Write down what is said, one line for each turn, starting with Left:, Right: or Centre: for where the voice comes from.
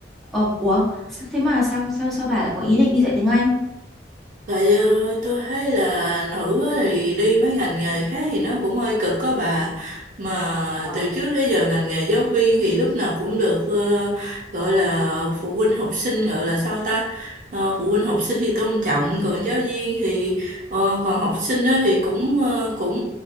Centre: Ồ, ủa, sao thế mà sao sao sao bà lại có ý định đi dạy tiếng Anh?
Right: Tại ờ, tôi thấy là nữ á thì đi mấy ngành nghề khác thì nó cũng hơi cực có bà mà
Centre: Ờ,
Right: từ trước đến giờ ngành nghề giáo viên thì lúc nào cũng được ờ, gọi là phụ huynh học sinh gọi là sao ta Ờ, phụ huynh học sinh thì tôn trọng còn giáo viên thì ờ, còn học sinh á thì cũng ờ, cũng